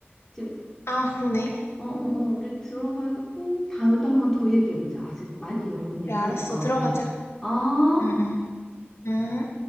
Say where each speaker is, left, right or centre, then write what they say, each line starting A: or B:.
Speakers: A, in the centre; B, on the left (about 80°).
A: 이제
B: 아, 그러네.
A: 어, 어, 어, 우리 들어가고 다음에 또 한번 더 얘기해보자. 아직 많이 여러 번 얘기해야
B: 그래, 알았어.
A: 될 것
B: 들어가자.
A: 같아. 어?
B: 응, 응. 응.